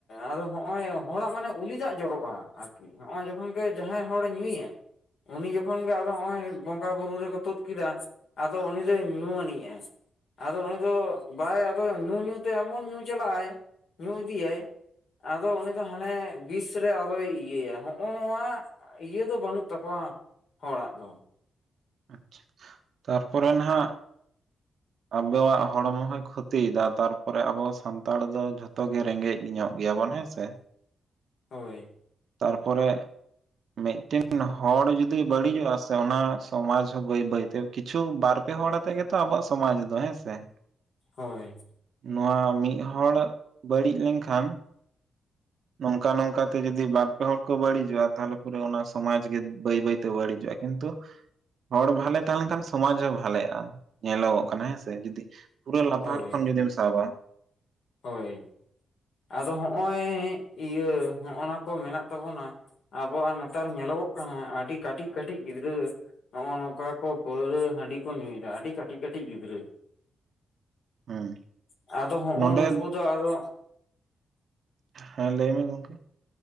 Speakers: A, on the left; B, on the right.
A: ᱟᱫᱚ ᱦᱚᱜᱼᱚᱭ ᱦᱚᱲᱟᱜ ᱢᱟᱱᱮᱼᱼ ᱩᱞᱤᱫᱟᱜ ᱡᱚᱨᱚᱜᱼᱟ ᱟᱨᱠᱤ ᱱᱚᱜ ᱚᱭ ᱡᱚᱠᱷᱚᱱ ᱜᱮ ᱡᱟᱦᱟᱸᱭ ᱦᱚᱲᱮ ᱧᱩᱭᱟ ᱩᱱᱤ ᱡᱚᱠᱷᱼᱼ ᱡᱚᱠᱷᱚᱱ ᱜᱮ ᱟᱫᱚ ᱱᱚᱜ-ᱚᱭ ᱵᱚᱸᱜᱟ ᱵᱩᱨᱩ ᱨᱮᱠᱚ ᱛᱩᱫ ᱠᱮᱫᱟ ᱟᱫᱚ ᱩᱱᱤ ᱫᱚᱭ ᱧᱩ ᱟᱹᱱᱤᱡᱼᱟ᱾ ᱟᱫᱚ ᱩᱱᱤ ᱫᱚ ᱵᱟᱭ ᱟᱫᱚ ᱧᱩ ᱧᱩ ᱛᱮ ᱮᱢᱚᱱ ᱧᱩ ᱪᱟᱞᱟᱜ-ᱟᱭ ᱧᱩ ᱤᱫᱤᱭᱟᱭ ᱟᱫᱚ ᱩᱱᱤ ᱫᱚ ᱦᱟᱱᱮᱼᱼ ᱵᱤᱥ ᱨᱮ ᱟᱫᱚᱭ ᱤᱭᱟᱹᱭᱟ ᱦᱚᱜᱼᱚ ᱱᱚᱣᱟ ᱤᱭᱟᱹ ᱫᱚ ᱵᱟᱹᱱᱩᱜ ᱛᱟᱠᱚᱣᱟ ᱦᱚᱲᱟᱜ ᱫᱚ,
B: ᱟᱪᱪᱷᱟ ᱛᱟᱨᱯᱚᱨᱮ ᱱᱟᱜᱼᱼ ᱟᱵᱚᱣᱟᱜ ᱦᱚᱲᱢᱚ ᱦᱚᱭ ᱠᱷᱚᱛᱤᱭᱮᱫᱟ ᱛᱟᱨᱯᱚᱨᱮ ᱟᱵᱚ ᱥᱟᱱᱛᱟᱲ ᱫᱚ ᱡᱷᱚᱛᱚ ᱜᱮ ᱨᱮᱸᱜᱮᱡᱼᱼ ᱤ ᱧᱚᱜ ᱜᱮᱭᱟ ᱵᱚᱱ ᱦᱮᱸᱥᱮᱼᱼ
A: ᱦᱳᱭ
B: ᱛᱟᱨ ᱯᱚᱨᱮ ᱢᱤᱫᱴᱮᱱ ᱦᱚᱲ ᱡᱩᱫᱤ ᱵᱟᱹᱲᱤᱡᱚᱜᱼᱟ ᱥᱮ ᱚᱱᱟᱼᱼ ᱥᱚᱢᱟᱡ ᱦᱚᱸ ᱵᱟᱹᱭ ᱵᱟᱹᱭᱛᱮ ᱠᱤᱪᱷᱩ ᱵᱟᱨ ᱯᱮ ᱦᱚᱲ ᱟᱛᱮᱜ ᱜᱮᱛᱚ ᱟᱵᱚᱣᱟᱜ ᱥᱚᱢᱟᱡ ᱫᱚ ᱦᱮᱸᱥᱮ
A: ᱦᱳᱭ
B: ᱱᱚᱣᱟ ᱢᱤᱫ ᱦᱚᱲ ᱵᱟᱹᱲᱤᱡ ᱞᱮᱱ ᱠᱷᱟᱱ ᱱᱚᱝᱠᱟ ᱱᱚᱝᱠᱟ ᱛᱮ ᱡᱩᱫᱤ ᱵᱟᱨᱯᱮ ᱦᱚᱲ ᱠᱚ ᱵᱟᱹᱲᱤᱡᱚᱜᱼᱟ ᱛᱟᱦᱚᱞᱮ ᱯᱩᱨᱟ ᱚᱱᱟ ᱥᱚᱢᱟᱡ ᱜᱮ ᱵᱟᱹᱭ ᱵᱟᱹᱭᱛᱮ ᱵᱟᱹᱲᱤᱡᱚᱜᱼᱟ᱾ ᱠᱤᱱᱛᱩᱼᱼ ᱦᱚᱲ ᱵᱷᱟᱞᱮ ᱛᱟᱦᱮᱸᱱ ᱠᱷᱟᱱ ᱥᱚᱢᱟᱡ ᱦᱚᱸ ᱵᱷᱟᱞᱮᱜᱼᱟ ᱧᱮᱞᱚᱜᱚᱜ ᱠᱟᱱᱟ ᱦᱮᱸᱥᱮ ᱡᱩᱫᱤᱼᱼ ᱯᱩᱨᱟᱹ ᱞᱟᱛᱟᱨ
A: ᱦᱳᱭ
B: ᱠᱷᱚᱱ ᱡᱩᱫᱤᱢ ᱥᱟᱵᱟ᱾
A: ᱦᱳᱭ ᱟᱫᱚ ᱦᱚᱜᱼᱚᱭ ᱤᱭᱟᱹ ᱦᱚᱸᱜᱼ ᱱᱟ ᱠᱚ ᱢᱮᱱᱟᱜ ᱛᱟᱵᱚᱱᱟ᱾ ᱟᱵᱚᱣᱟᱜ ᱱᱮᱛᱟᱨ ᱧᱮᱞᱚᱜᱚᱜ ᱠᱟᱱᱟ ᱟᱹᱰᱤ ᱠᱟᱹᱴᱤᱡ ᱠᱟᱹᱴᱤᱡ ᱜᱤᱫᱽᱨᱟᱹ ᱱᱚ ᱚ ᱱᱚᱝᱠᱟ ᱠᱚ ᱯᱟᱹᱣᱨᱟᱹ ᱦᱟᱺᱰᱤ ᱠᱚ ᱧᱩᱭ ᱮᱫᱟ ᱟᱹᱰᱤ ᱠᱟᱹᱴᱤᱡ ᱠᱟᱹᱴᱤᱡ ᱜᱤᱫᱽᱨᱟᱹ
B: ᱦᱮᱸ
A: ᱟᱫᱚ ᱦᱚᱸᱜᱼᱚ
B: ᱱᱚᱸᱰᱮᱼᱼ
A: ᱱᱩᱠᱩ ᱫᱚ ᱟᱫᱚ
B: ᱦᱮᱸ ᱞᱟᱹᱭ ᱢᱮ ᱜᱚᱝᱠᱮ